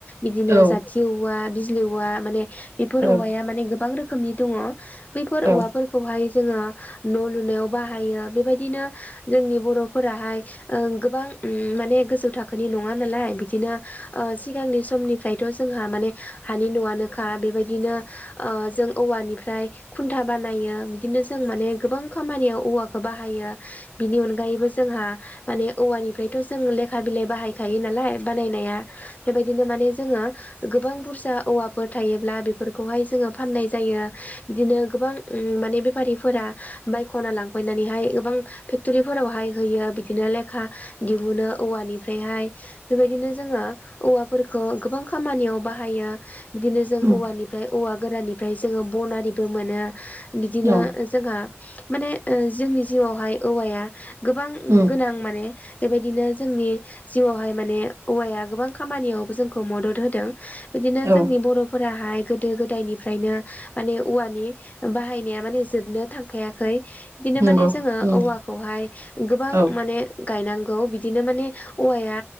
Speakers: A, on the left; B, on the right.
A: बिदिनो
B: औ
A: जाथि औवा बिज <unintelligible> माने बेफोर औवाया
B: औ
A: माने गोबां रोखो रोखोमनि दङ बैफोर औवाफोरखौहाय
B: औ
A: जोङो, न' लुनायाव बाहायो बेबायदिनो जोंनि बर'फोराहाय ओ गोबां उम माने गोजौ थाखोनि नङा नालाय, बिदिनो ओ सिगांनि समनिफ्रायथ' जोंहा माने, हानि न'आनोखा बेबायदिनो ओ जों औवानिफ्राय खुन्था बानायो बिदिनो जों माने गोबां खामानियाव, औवाखौ बाहायो बिनि अनगायैबो जोंहा माने औवानिफ्रायथ' जों लेखा बिलाइ बाहायखायो नालाय बानायनाया बेबायदिनो माने जोङो, गोबां बुर सा औवाफोर थायोब्ला बेफोरखौहाय जोङो फाननाय जायो बिदिनो गोबां माने बेफारिफोरा बायख'ना लांफैनानैहाय गोबां फेक्टरिफोरावहाय होयो बिदिनो लेखा दिहुनो औवानिफ्रायहाय, बेबायदिनो जोङो, औवाफोरखौ गोबां खामानियाव बाहायो, बिदिनो जों
B: उम
A: औवानिफ्राय औवा गोराननिफ्राय जोङो बन आरिबो मोनो, बिदिनो
B: औ
A: जोंहा माने जोंनि जिउआवहाय औवाया, गोबां
B: उम
A: गोनां माने बेबायदिनो जोंनि जिउआवहाय माने औवाया गोबां खामानियाव जोंखौ मदद होदों जोंनि
B: औ
A: बरफोराहाय गोदो गोदायनिफ्रायनो माने औवानि बाहायनाया माने जोबनो थांखायाखै बिदिनो
B: नंगौ
A: माने जोङो
B: उम
A: औवाखौहाय गोबां
B: औ
A: माने गायनांगौ बिदिनो माने औवाया